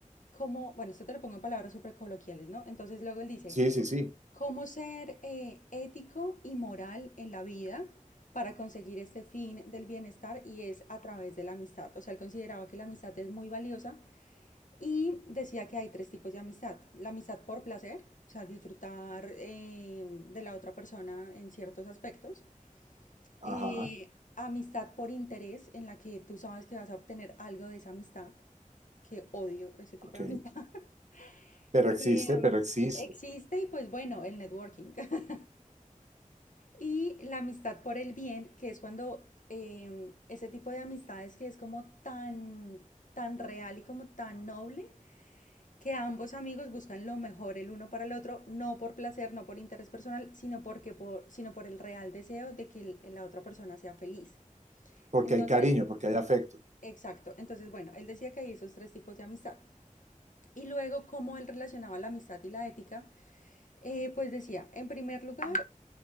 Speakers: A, on the left; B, on the right.
A: como, bueno, esto te lo pongo en palabras súper coloquiales, ¿no? Entonces luego él dice,
B: Sí, sí, sí.
A: ¿Cómo ser eh, ético y moral en la vida para conseguir este fin del bienestar? Y es a través de la amistad. O sea, él consideraba que la amistad es muy valiosa y decía que hay tres tipos de amistad. La amistad por placer, o sea, disfrutar eh, de la otra persona en ciertos aspectos.
B: Ajá,
A: Eh, amistad por interés, en la que tú sabes que vas a obtener algo de esa amistad, que odio ese tipo
B: ok.
A: de amistad. <laughs>
B: Pero existe,
A: Em,
B: pero existe.
A: existe y pues bueno, el networking. <laughs> Y la amistad por el bien, que es cuando em, ese tipo de amistades que es como tan, tan real y como tan noble, que ambos amigos buscan lo mejor el uno para el otro, no por placer, no por interés personal, sino, porque por, sino por el real deseo de que el- la otra persona sea feliz.
B: Porque
A: Entonces,
B: hay cariño,
A: Ok.
B: porque hay afecto.
A: exacto. Entonces, bueno, él decía que hay esos tres tipos de amistad. Y luego, cómo él relacionaba la amistad y la ética, eh, pues decía, en primer lugar,